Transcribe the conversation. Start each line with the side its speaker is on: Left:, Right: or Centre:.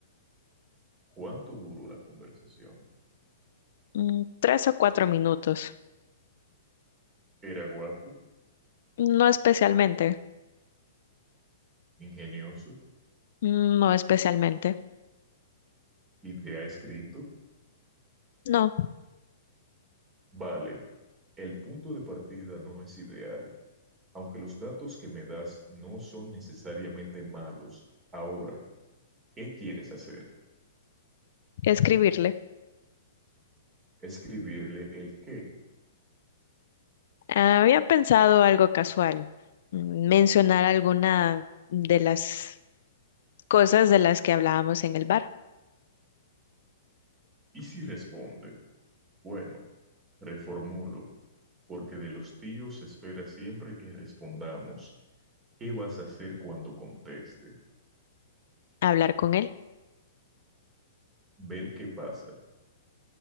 Right: ¿Cuánto duró la conversación?
Left: Mm, tres o cuatro minutos.
Right: ¿Era guapo,
Left: No especialmente,
Right: ingenioso
Left: mm, no especialmente.
Right: y te ha escrito?
Left: No,
Right: Vale, el punto de partida no es ideal, aunque los datos que me das no son necesariamente malos. Ahora, ¿qué quieres hacer?
Left: escribirle.
Right: escribirle el qué.
Left: Había pensado algo casual, mm, mencionar alguna de las cosas de las que hablábamos en el bar,
Right: Y si responde, bueno, reformulo, porque de los tíos se espera siempre que respondamos. ¿Qué vas a hacer cuando conteste?
Left: hablar con él
Right: Ver qué pasa.